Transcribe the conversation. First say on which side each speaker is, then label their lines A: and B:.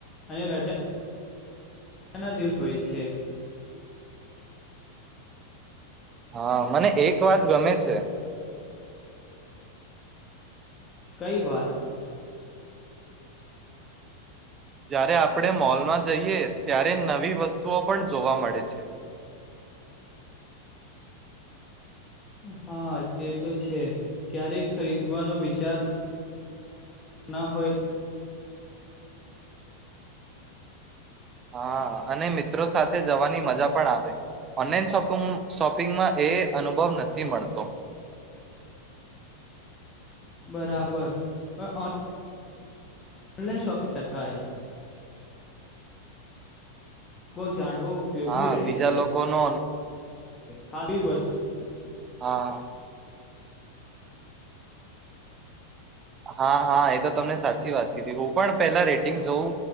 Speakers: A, on the left; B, on the right.
A: અને રજા ના દિવસ હોયે છે
B: હા મને એક વાત ગમે છે
A: કઈ વાત
B: જ્યારે આપણે મોલમાં જઈએ ત્યારે નવી વસ્તુઓ પણ જોવા મળે છે
A: હા તે તો છે ક્યારે ખરીદવાનો વિચાર ના હોય
B: હા અને મિત્રો સાથે જવાની મજા પણ આવે ઓનલાઈન શોપ શોપિંગમાં એ અનુભવ નથી મળતો
A: બરાબર ઓન ઓનલાઇન શોપિ શકાય બોજ જાણવો ઉપયોગી
B: હા
A: રહે
B: બીજા
A: છે
B: લોકોનો
A: ખાલી વસ્તુ
B: હા હા હા એ તો તમને સાચી વાત કીધી હું પણ પેલા રેટિંગ જોઉં